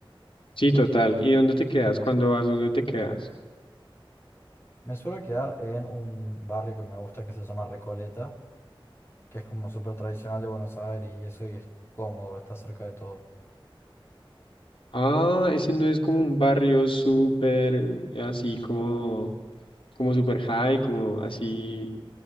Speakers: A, on the left; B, on the left.
A: Sí, total. ¿Y dónde te quedas? ¿Cuándo vas? ¿Dónde te quedas?
B: Me suelo quedar en un barrio que me gusta que se llama Recoleta, que es como súper tradicional de Buenos Aires y eso y es cómodo, está cerca de todo.
A: Ah, ese no es como un barrio súper así como, como súper high, como así